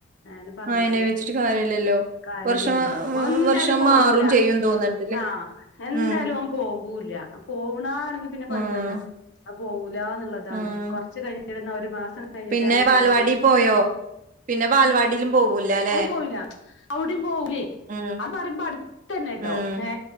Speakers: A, on the left; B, on the right.
A: നെ പറഞ്ഞണ്ട്
B: അയിനെ വെച്ചിട്ട് കാര്യല്ലല്ലോ
A: കാര്യല്ലല്ലോ
B: വർഷം
A: എന്തായാലും
B: വർഷം
A: പോവൂല
B: മാറും ചെയ്യും തോന്ന്ണ്ട്ല്ലേ
A: ആ എന്തായാലും
B: ഉം
A: ൻ പോകൂല്ല പോവണ ആണെങ്കി പിന്നെ കൊഴപ്പില്ല
B: ആഹ്
A: പോവുലാ ന്നുള്ളതാണ്
B: ആഹ്
A: കുറച്ചു കഴിഞ്ഞാൽ ഇടുന്ന ഒരു മാസം കഴിഞ്ഞിട്ടാണ്
B: പിന്നെ
A: കേട്ടൊ
B: ബാലവാടി
A: ഒന്നുംും
B: പോയോ പിന്നെ ബാലവാടിലും പോവൂലല്ലേ
A: പോയില അവിടയും പോകൂലേ
B: ഉം
A: അത് പറയുമ്പോ അടുത്ത തന്നെട്ടോ
B: ഉം
A: ഏ